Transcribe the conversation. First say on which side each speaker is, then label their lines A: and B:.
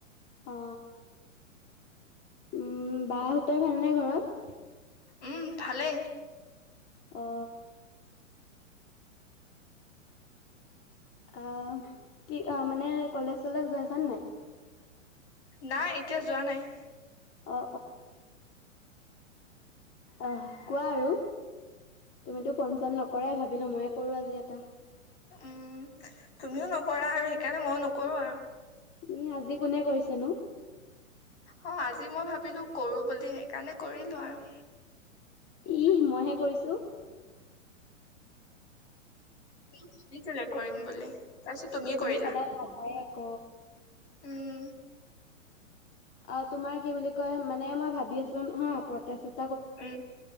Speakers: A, on the left; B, on the left.
A: অ। উম, বা হতৰ ভাল নে ঘৰত?
B: উম, ভালে।
A: অ। অ, কি মানে কলেজ চলেজ গৈ আছানে নাই?
B: নাই এতিয়া যোৱা নাই।
A: অ অহ কোৱা আৰু তুমিতো ফোন চন নকৰাই, ভাবিলো ময়ে কৰো আজি এটা।
B: উম, তুমিও নকৰা আৰু সেইকাৰণে ময়ো নকৰো আৰু।
A: ইহ, আজি কোনে কৰিছেনো?
B: অ, আজি মই ভাবিলো কৰো বুলি, সেইকাৰণে কৰিলো আৰু।
A: ইহ, মইহে কৰিছো।
B: <unintelligible> কৰিম বুলি তাৰপিছত তুমিয়ে
A: তুমি
B: কৰিলা
A: সদায় ভাবাই আক।
B: উম
A: অ, তোমাৰ কি বুলি কয়, মানে মই ভাবি আছো, হ প্ৰষ্টেট এট
B: উম,